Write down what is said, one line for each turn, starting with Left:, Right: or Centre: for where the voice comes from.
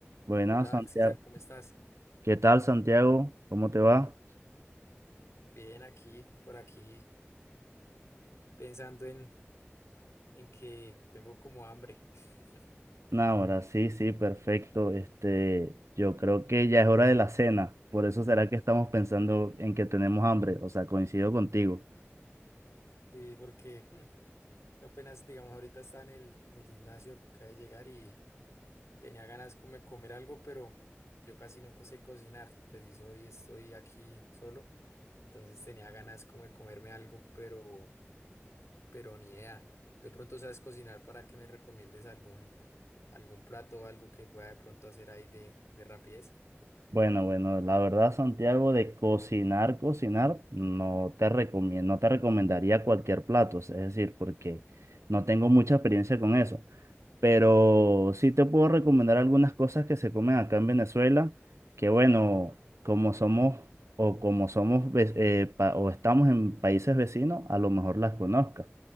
Right: Buenas,
Left: Hola,
Right: Santiago.
Left: César, ¿cómo estás?
Right: ¿Qué tal, Santiago? ¿Cómo te va?
Left: Bien, aquí, por aquí, pensando en, en que tengo como hambre. <laughs>
Right: Nah, ahora sí, sí, perfecto. Este, yo creo que ya es hora de la cena. Por eso será que estamos pensando en que tenemos hambre. O sea, coincido contigo.
Left: Sí, porque mm, es que apenas, digamos, ahorita estaba en el, en el gimnasio, acabé de llegar y tenía ganas como de comer algo, pero yo casi no co- sé cocinar. Preciso hoy estoy aquí solo, entonces tenía ganas como de comerme algo, pero, pero ni idea. ¿Tú de pronto sabes cocinar para que me recomiendes algún, algún plato o algo que pueda de pronto hacer ahí de, de rapidez?
Right: Bueno, bueno, la verdad, Santiago, de cocinar, cocinar, no te recomiendo, no te recomendaría cualquier plato. Es decir, porque no tengo mucha experiencia con eso. pero sí te puedo recomendar algunas cosas que se comen acá en Venezuela, que bueno, como somos o como somos ve- eh, pa- o estamos en países vecinos, a lo mejor las conozcas.